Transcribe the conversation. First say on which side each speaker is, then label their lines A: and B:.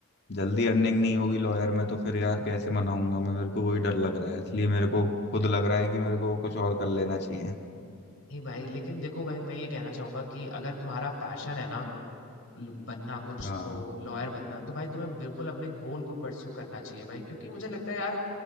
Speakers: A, on the left; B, on the left.
A: जल्दी अर्निंग नहीं होगी लॉयर में तो फिर यार कैसे मनाऊंगा मैं मेरे को वही डर लग रहा है इसलिए मेरे को खुद लग रहा है कि मेरे को कुछ और कर लेना चाहिए
B: नहीं भाई लेकिन देखो भाई मैं ये कहना चाहूंगा कि अगर तुम्हारा पैशन है ना लु- बनना कुछ
A: हाँ
B: तो लॉयर बनना तो भाई तुम्हें बिल्कुल अपने गोल को परस्यू करना चाहिए भाई क्योंकि मुझे लगता है यार